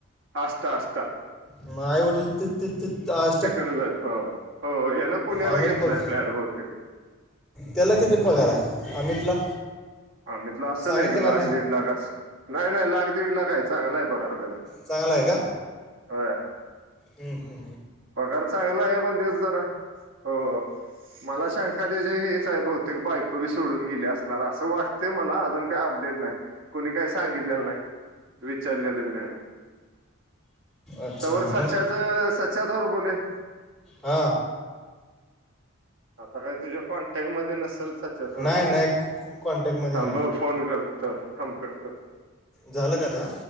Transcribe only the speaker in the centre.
मग आईवडील ति ती ती आ
अमित
पग
त्याला किती पगार आहे अमितला?
सांगितलं
का
नाही
चागला ये का
हू हू.
अच्छा
हा.
नाही नाही
कॉन्टॅक्टमध्ये
नाही
झालं कादा